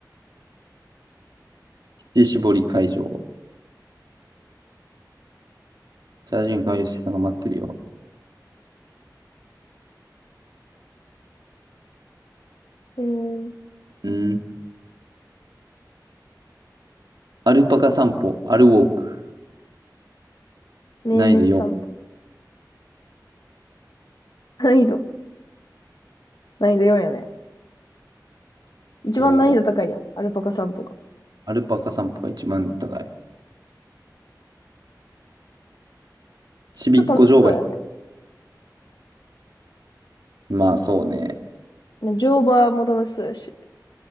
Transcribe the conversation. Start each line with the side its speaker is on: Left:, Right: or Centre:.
Right: 乳搾り会場。チャージング会社さんが待ってるよ。
Left: へえ。
Right: うん。アルパカ散歩、アルウォーク、
Left: 命名散歩。
Right: 難易度4。
Left: 難易度。難易度4やね。一番難易度高いやん。
Right: おー
Left: アルパカ散歩が。
Right: アルパカ散歩が一番高い。ちびっこ乗馬。
Left: ちょっと楽しそうやね。
Right: まあそうね。
Left: 乗馬も楽しそうやし。